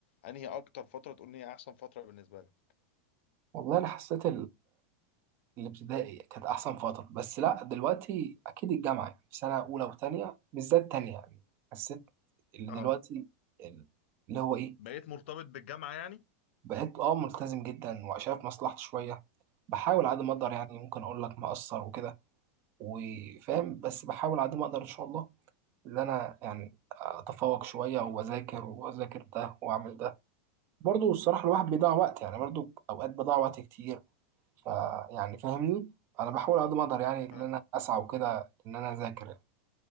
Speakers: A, on the left; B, on the right.
A: انهي اكتر فترة تقول ان هي احسن فترة بالنسبة لك
B: والله انا حسيت الابتدائي كانت احسن فتره بس لا دلوقتي اكيد الجامعه يعني في سنه اولى وثانيه بالذات تانية يعني حسيت اللي
A: اه
B: دلوقتي اللي هو ايه
A: بقيت مرتبط بالجامعة يعني
B: بقيت اه ملتزم جدا وشايف مصلحتي شويه بحاول على قد ما اقدر
A: مم.
B: يعني ممكن اقول لك مقصر وكده وفاهم بس بحاول على قد ما اقدر ان شاء الله ان انا يعني اتفوق شويه واذاكر واذاكر ده واعمل ده برضو الصراحه الواحد بيضيع وقت يعني برضو اوقات بضيع وقت كتير فيعني فاهمني انا بحاول على قد ما اقدر يعني ان
A: اه
B: انا اسعى وكده ان انا اذاكر يعني.